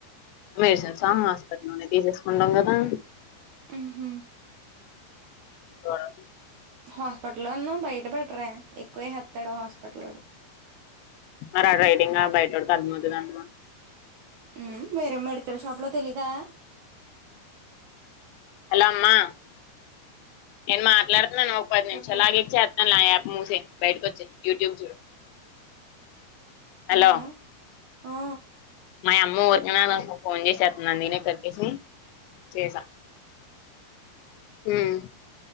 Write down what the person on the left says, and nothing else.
మెడిసిన్స్ ఆ హస్పిటల్ లోనే తీసేసుకుంటాం కదా
సరే
మరి ఆ డ్రైడింగ్ బయటోకి అర్మవుతుందింమా
హలో అమ్మా నేను మాట్లాడుతున్నాను ఒక పది
నిమిషాలుగాక చే దానిలో ఆ యాప్ ముసేయ్ బయటకి వచ్చెయ్ యూట్యూబ్ చూడు. హలో
మా అమ్మ ఊరికనే నాకు ఫోన్ చేసేస్తందని నేనే కట్ చేసి చేసా మ్